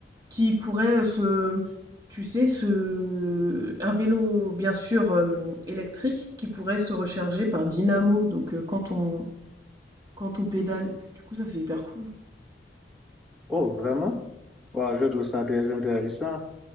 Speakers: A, on the right; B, in the centre.
A: qui pourrait se tu sais se un vélo bien sûr euh, électrique qui pourrait se recharger par dynamo donc euh, quand on quand on pédale. Du coup ça c'est hyper cool.
B: Oh, vraiment? Ouais, je trouve ça très intéressant.